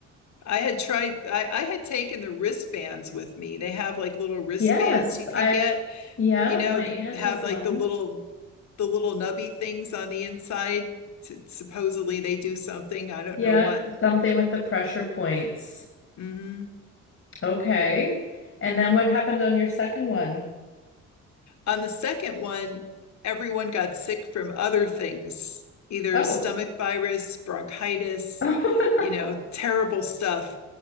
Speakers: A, on the left; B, on the left.
A: I had tried, I, I had taken the wristbands with me. They have like little wristbands
B: Yes,
A: you could
B: I've,
A: get,
B: yeah,
A: you know,
B: my
A: that
B: aunt
A: have
B: has
A: like
B: one.
A: the little, the little nubby things on the inside. to- supposedly they do something. I don't
B: Yeah,
A: know what.
B: something with the pressure points.
A: hmm
B: Okay. And then what happened on your second one?
A: On the second one, everyone got sick from other things, either
B: Oh.
A: stomach virus, bronchitis,
B: <laughs>
A: you know, terrible stuff.